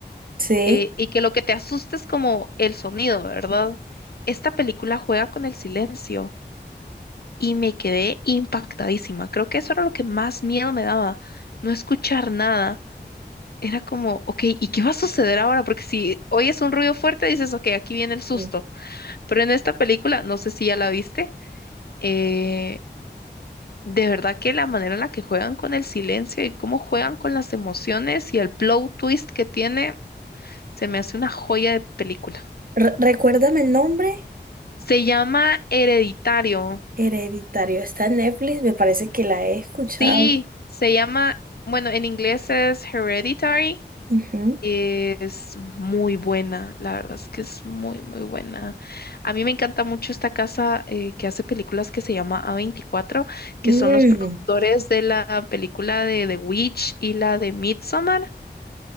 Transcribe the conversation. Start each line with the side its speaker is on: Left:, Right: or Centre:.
Right: Sí.
Left: eh, y que lo que te asusta es como el sonido, ¿verdad? Esta película juega con el silencio y me quedé impactadísima. Creo que eso era lo que más miedo me daba, no escuchar nada. Era como, ok, ¿y qué va a suceder ahora? Porque si oyes un ruido fuerte, dices, ok, aquí viene el susto.
Right: Mm.
Left: Pero en esta película, no sé si ya la viste, eh, de verdad que la manera en la que juegan con el silencio y cómo juegan con las emociones y el plot twist que tiene, se me hace una joya de película.
Right: Re- recuérdame el nombre.
Left: Se llama Hereditario.
Right: Hereditario. Está en Netflix. Me parece que la he escuchado.
Left: Sí, se llama, bueno, en inglés es Hereditary
Right: Ujú.
Left: Es muy buena, la verdad es que es muy, muy buena. A mí me encanta mucho esta casa eh, que hace películas que se llama a veinticuatro que
Right: Mm,
Left: son los productores de la película de The Witch y la de Midsommar.